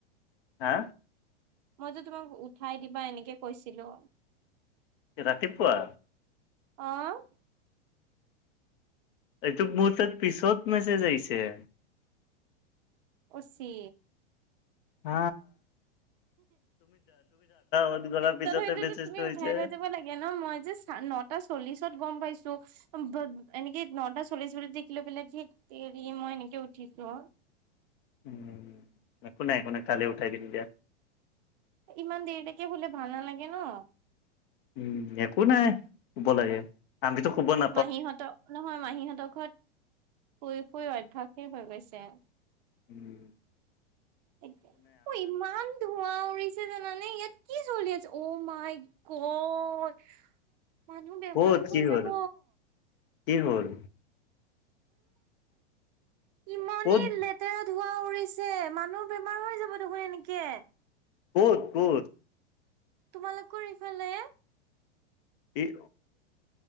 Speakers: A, on the left; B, on the right.
A: হা
B: মইযে তোমাক উঠাই দিবা এনেকে কৈছিলোঁ
A: ৰাতিপুৱা?
B: অ
A: এইটো মোৰ তাত পিছত মেছেজ আহিছে
B: অ চে
A: আ অন কৰাৰ পিছতে
B: তথাপিতো
A: মেছেজটো
B: তুমি
A: হৈছে
B: উঠাই থৈ যাব লাগে ন মই জাচ নটা চল্লিশত গম পাইছো এনেকে নটা চল্লিশ মিনিট দেখিলৈ পেলাই ধেত তেৰি মই এনেকে উঠিছো
A: উম একো নাই একো নাই কালি উঠাই দিম দিয়া
B: ইমান দেৰিলৈকে শুলে ভাল নালাগে ন
A: উম একো নাই শুব লাগে আমিটো শুব না
B: মাহীহঁতৰ নহয় মাহীহঁতৰ ঘৰত ফুৰি ফুৰি অভ্যাসেই হৈ গৈছে
A: উম
B: এতিয়া অ ইমান ধোঁৱা উৰিছ ছে জানানে ইয়াত কি জলি আছে অ মাই গড মানুহ বেমাৰ
A: ক'ত
B: হৈ
A: কি হ'ল
B: যাব
A: কি হ'ল?
B: ইমানেই
A: ক'ত
B: লেত তেৰা ধোঁৱা উৰিছে মানুহ বেমাৰ হৈ যাব দেখোন এনেকে
A: ক'ত ক'ত
B: তোমালোকৰ ইফালে
A: এই